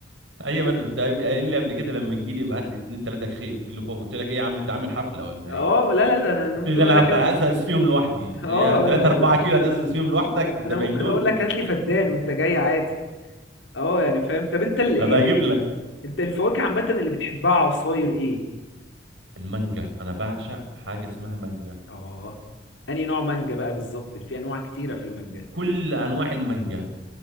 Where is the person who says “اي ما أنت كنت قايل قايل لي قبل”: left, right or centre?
Right